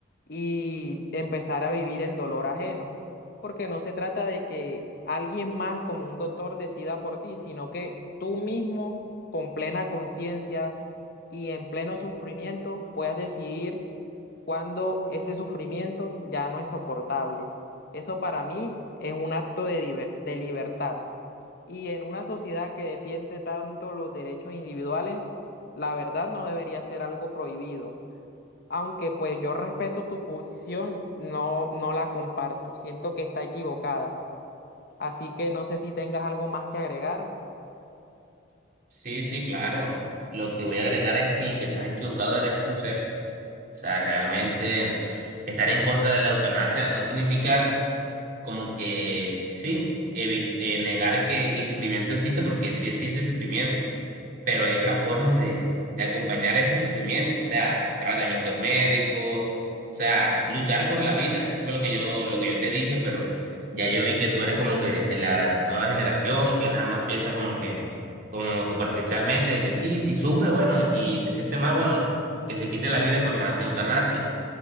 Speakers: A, on the left; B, on the right.
A: y empezar a vivir el dolor ajeno. Porque no se trata de que alguien más como un doctor decida por ti, sino que tú mismo con plena conciencia y en pleno sufrimiento puedas decidir cuando ese sufrimiento ya no es soportable. Eso para mí es un acto de, liber- de libertad. Y en una sociedad que defiende tanto los derechos individuales, la verdad no debería ser algo prohibido. Aunque pues yo respeto tu posición, no, no la comparto. Siento que está equivocada. Así que no sé si tengas algo más que agregar.
B: Sí, sí, claro. Lo que voy a agregar es que el que está equivocado eres tú, Sergio. O sea, realmente estar en contra de la eutanasia no significa como que sí, evit- eh, negar que el sufrimiento existe porque sí existe sufrimiento, pero hay otras formas de, de acompañar ese sufrimiento, o sea, tratamientos médicos, o sea, luchar por la vida. Eso fue lo que yo, lo que yo te dije, pero ya yo vi que tú eres como que de la nueva generación, que nada más piensa como que, como superficialmente, de que sí, si sufre, bueno, y se siente mal, bueno, que se quite la vida con la eutanasia.